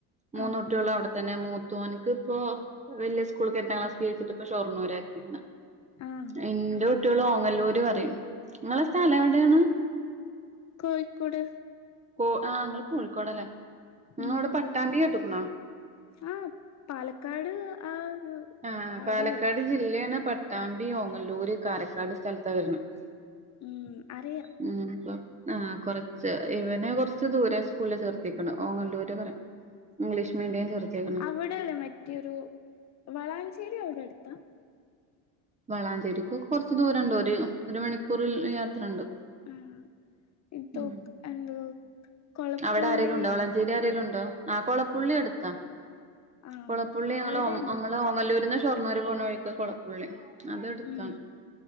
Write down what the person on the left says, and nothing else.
ആഹ്
ആഹ്
കോഴിക്കോട്.
ഉം
ആഹ് പാലക്കാട് ആ ഒരു
അവിടെല്ലേ
ഉം അറിയാം
അവിടല്ലേ മറ്റേൊരു, വളാഞ്ചേരി അവിടെ അടുത്താ
ആഹ് എന്തോ
എന്ത് കൊളപ്പുള്ളി
ആഹ്
അവിടെണ്ട്
ഉം